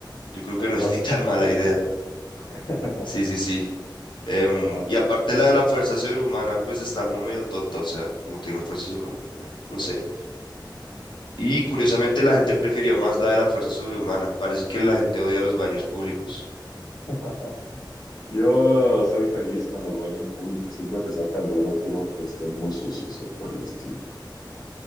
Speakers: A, on the left (about 75°); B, on the left (about 55°).
A: Yo creo
B: A
A: que
B: lo mejor
A: no es <laughs> ni
B: hasta
A: tan
B: es
A: mala
B: útil,
A: idea.
B: ¿no? <laughs>
A: Sí, sí, sí. Em,
B: Ajá.
A: y aparte la de la fuerza sobrehumana, pues está como medio tonta, o sea, como tiene fuerza sobrehumana, no no sé. Y curiosamente la gente prefirió más la de la fuerza sobrehumana. Parece que la gente odia los baños públicos.
B: Ujú. Yo soy feliz con los dueños públicos, siempre te sacan de uno puro, aunque estén muy sucios o por el estilo.